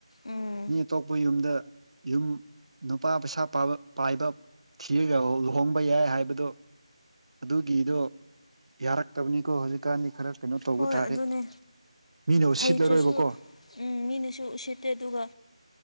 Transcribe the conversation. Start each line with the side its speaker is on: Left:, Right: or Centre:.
Left: ꯎꯝ
Right: ꯃꯤ ꯑꯇꯣꯞ ꯄꯨ ꯌꯨꯝꯗ ꯌꯨꯝ ꯅꯨꯄꯥ ꯄꯩꯁꯥ ꯄꯥꯕ ꯄꯥꯏꯕ <unintelligible> ꯂꯨꯍꯣꯡꯕ ꯌꯥꯏ ꯍꯥꯏꯕꯗꯣ ꯑꯗꯨꯒꯤꯗꯣ ꯌꯥꯔꯛꯇꯕꯅꯤꯀꯣ ꯍꯧꯖꯤꯛꯀꯥꯟꯗꯤ ꯈꯔ ꯀꯩꯅꯣ ꯇꯧꯕ
Left: ꯍꯣꯏ
Right: ꯇꯥꯔꯦ
Left: ꯑꯗꯨꯅꯦ
Right: ꯃꯤꯅ ꯎꯁꯤꯠꯂꯔꯣꯏꯕꯀꯣ
Left: ꯍꯩꯇ꯭ꯔꯁꯨ ꯎꯝ ꯃꯤꯅꯁꯨ ꯎꯁꯤꯠꯇꯦ ꯑꯗꯨꯒ